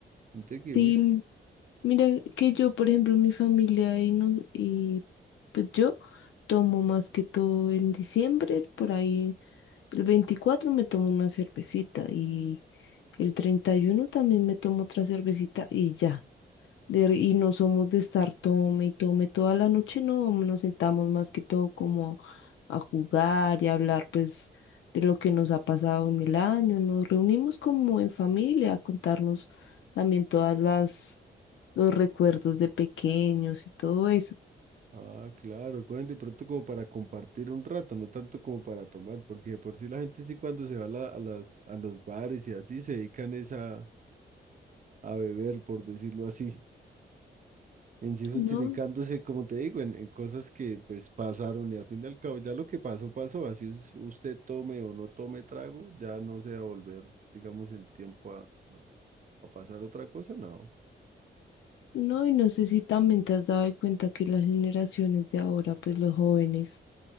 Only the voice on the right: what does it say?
Gente que,
uy,
ah, claro, cogen de pronto como para compartir un rato, no tanto como para tomar, porque de por sí la gente sí cuando se va a, la- a las, a los bares y así se dedican es a, a beber, por decirlo así, en sí justificándose,
como te digo, en, en cosas que pues pasaron y al fin y al cabo ya lo que pasó, pasó, así us- usted tome o no tome trago, ya no se va a volver, digamos, el tiempo a, a a pasar otra cosa, no.